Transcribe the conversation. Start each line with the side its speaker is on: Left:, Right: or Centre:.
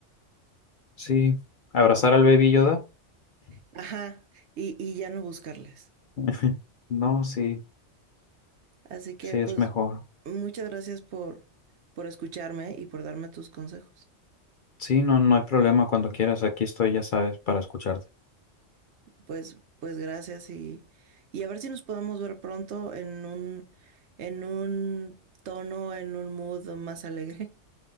Left: Sí, abrazar al baby Yoda.
Right: Ajá, y, y ya no buscarles.
Left: <laughs> No, sí,
Right: Así que,
Left: sí
Right: pues,
Left: es mejor.
Right: muchas gracias por, por escucharme y por darme tus consejos.
Left: Sí, no, no hay problema cuando quieras. Aquí estoy, ya sabes, para escucharte.
Right: Pues, pues gracias y, y a ver si nos podemos ver pronto en un, en un tono, en un mood más alegre.